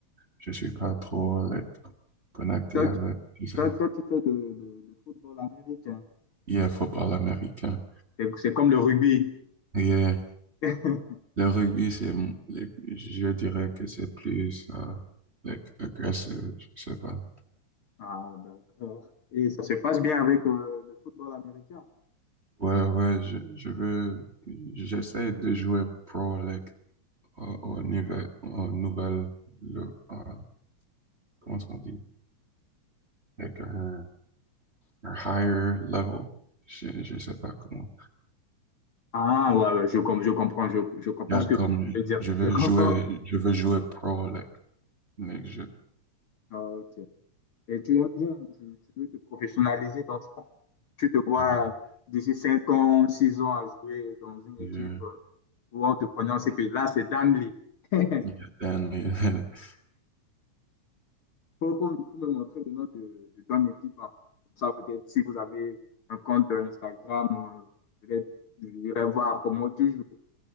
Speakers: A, on the right; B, on the left.
A: je suis pas trop like, connecté
B: Toi,
A: avec
B: tu-
A: tout ça.
B: toi, toi, tu fais de, de, de football américain.
A: il y football américain.
B: C'est c'est comme le rugby.
A: Et euh,
B: <laughs>
A: le rugby, c'est, m- les- je dirais que c'est plus euh, like, agressif, je sais pas.
B: Ah, d'accord. Et ça se passe bien avec euh, le football américain.
A: Ouais, ouais, je, je veux, j'essaie de jouer pro, like, au, au niveau, au nouvel, le, euh, comment est-ce qu'on dit? Like, un, un higher level. Je, je sais pas comment.
B: Ah, ouais, ouais, je, com- je comprends, je, je comprends
A: Là,
B: ce
A: comme,
B: que tu veux dire.
A: je veux
B: Je comprends.
A: jouer, je veux jouer pro, like, like je,
B: Ah, ok. Et tu aimes bien, tu, tu veux te professionnaliser dans ça. Tu te vois
A: euh,
B: d'ici 5 ans, 6 ans à jouer dans une
A: yeah,
B: équipe euh, où on te connaît, c'est que là, c'est Danley. <laughs>
A: yeah, and- <laughs>
B: Pour, pour, pour <laughs> me montrer le nom de, de ton équipe. hein. Comme ça, peut-être si vous avez un compte Instagram, euh, peut-être je vais voir comment tu joues.